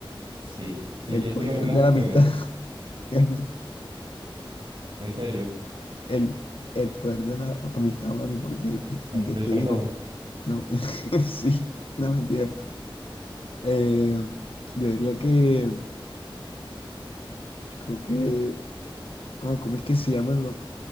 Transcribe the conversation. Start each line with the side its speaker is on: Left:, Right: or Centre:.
Right: Sí, si
Left: El
Right: quieres
Left: poder
Right: tengo algunas
Left: de
Right: opciones.
Left: la amistad. <laughs> El,
Right: En serio,
Left: el, el poder de la amistad, Manny, porque
Right: el del
Left: te
Right: perdón.
Left: digo, no, <laughs> sí,
Right: <laughs>
Left: no mentira. Eh, yo diría que, yo creo que, ah, ¿cómo es que se llaman lo,